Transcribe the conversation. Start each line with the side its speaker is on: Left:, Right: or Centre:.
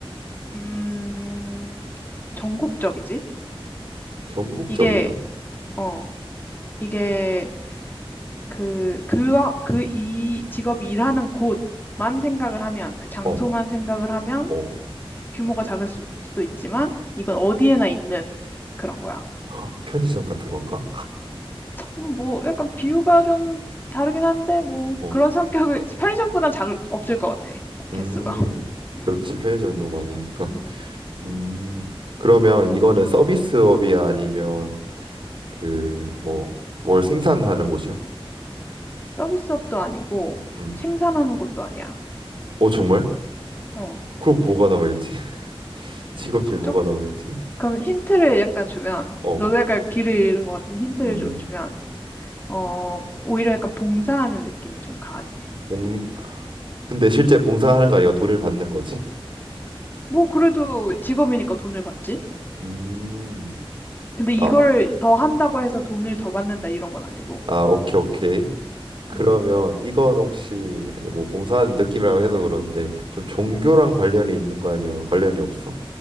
Left: 음, 전국적이지?
Right: 전국적이다?
Left: 이게, 어, 이게 그, 그, 그 이 직업이 일하는 곳만 생각을 하면, 그 장소만
Right: 어, 어,
Left: 생각을 하면
Right: 어.
Left: 규모가 작을 수- 수도 있지만, 이건 어디에나 있는 그런 거야.
Right: <gasps> <laughs> 편의점 같은 건가?
Left: 음, 뭐 약간 비유가 좀 다르긴 한데 뭐
Right: 어.
Left: 그런 성격을 <laughs> 편의점보단 작 없을 것 같아
Right: 음,
Left: 개수가. <laughs> 음,
Right: 그렇지. 편의점이 너무 많으니까.
Left: 음, 음.
Right: 음, 그러면 이거는 서비스업이야? 아니면 그, 뭐, 뭘 생산하는 곳이야?
Left: 서비스업도 아니고
Right: 음.
Left: 생산하는 것도 아니야.
Right: 어, 정말?
Left: 어,
Right: 그럼 뭐가 남아있지? <laughs> 직업
Left: 그쪽
Right: 중에 뭐가 남아있지?
Left: 그럼 힌트를 약간 주면
Right: 어,
Left: 너도 약간 길을 잃은 것 같은 힌트를
Right: 음,
Left: 좀 주면 어 오히려 약간 봉사하는 느낌이 좀 강하지.
Right: 봉, 근데 실제 봉사하는 거 아니고 돈을 받는 거지.
Left: 뭐 그래도 직업이니까 돈을 받지.
Right: 음,
Left: 근데
Right: 아,
Left: 이거를 더 한다고 해서 돈을 더 받는다 이런 건 아니고.
Right: 아, 오케이, 오케이. 그러면
Left: 음,
Right: 이건 혹시 뭐 봉사하는 느낌이라고 해서 그런데 좀 종교랑
Left: 음.
Right: 관련이 있는 거 아니면 관련이 없어?